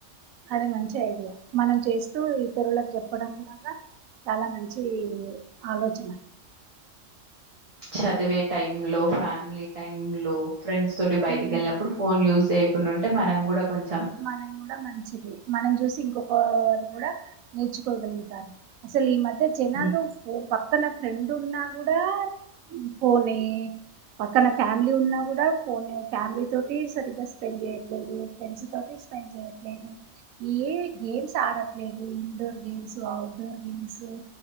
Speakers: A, on the right; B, on the right.
A: అదే మంచి ఐడియా మనం చేస్తూ ఇతరులకు చెప్పడం లాగా చాలా మంచి ఆలోచన
B: చదివే టైం లో ఫ్యామిలీ టైం లో ఫ్రెండ్స్ తోటి బయటకి
A: ఉమ్,
B: వెళ్ళినప్పుడు ఫోన్ యూజ్ చేయకుండా ఉంటే మనం కూడా కొంచెం
A: మనం కూడా మంచిది మనం చూసి ఇంకొకరు కూడా నేర్చుకోగలుగుతారు అసలు ఈ మధ్య జనాలు
B: మ్,
A: ఫో పక్కన ఫ్రెండ్ ఉన్న కూడా ఫోనే పక్కన ఫ్యామిలీ ఉన్నా కూడా ఫోనే ఫ్యామిలీ తోటి సరిగ్గా స్పెండ్ చేయట్లేదు ఫ్రెండ్స్ తోటి స్పెండ్ చేయట్లేదు ఏ గేమ్స్ ఆడ లేదు ఇండోర్ గేమ్స్ అఔట్డోర్ గేమ్స్